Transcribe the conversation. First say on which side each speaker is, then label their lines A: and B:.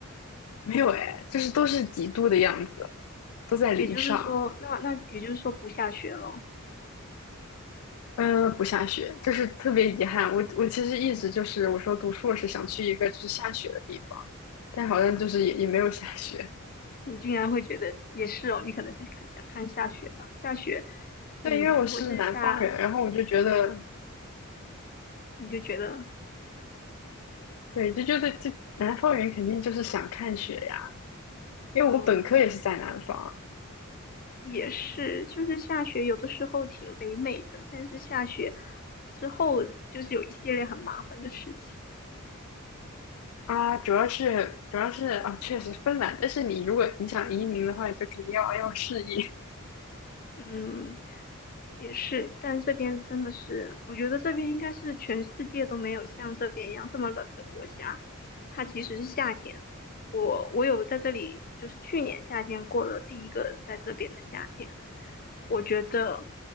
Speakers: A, on the left; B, on the left.
A: 没有哎，就是都是几度的样子，都在零上，
B: 也就是说，那那也就是说不下雪咯。
A: 嗯，不下雪，就是特别遗憾。我我其实一直就是我说读硕士想去一个就是下雪的地方，但好像就是也也没有下雪。
B: 你竟然会觉得也是哦，你可能是看想看下雪吧？下雪，嗯，
A: 对，因为我是南方人，
B: 如果是下，
A: 然后我就觉得，
B: 哦，你就觉得，
A: 对，就觉得就南方人肯定就是想看雪呀，因为我本科也是在南方
B: 嗯，也是，就是下雪有的时候挺唯美的，但是下雪之后就是有一系列很麻烦的事情。
A: 啊，主要是主要是啊，确实芬兰，但是你如果你想移民的话，你就肯定要要适应，
B: 嗯，也是，但这边真的是，我觉得这边应该是全世界都没有像这边一样这么冷的国家。它即使是夏天，我我有在这里，就是去年夏天过了第一个在这边的夏天，我觉得